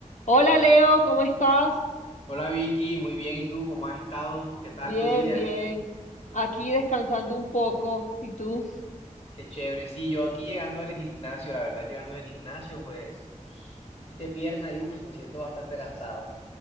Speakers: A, on the left; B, on the left.
A: Hola Leo, ¿cómo estás?
B: Hola Vicky, muy bien. ¿Y tú cómo has estado? ¿Qué tal
A: Bien,
B: tu día?
A: bien. Aquí descansando un poco. ¿Y tú?
B: Qué chévere. Sí, yo aquí llegando al gimnasio, la verdad, llegando al gimnasio, pues hice pierna y uff, me siento bastante cansado.